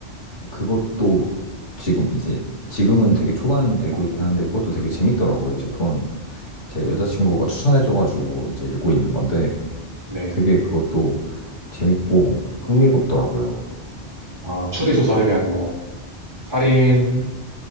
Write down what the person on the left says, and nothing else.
그것도 지금 이제 지금은 되게 초반 읽고 있긴 한데 그것도 되게 재밌더라고요. 이제 그건 제
여자친구가 추천해줘가지고 이제 읽고 있는 건데
되게 그것도 재밌고 흥미롭더라고요.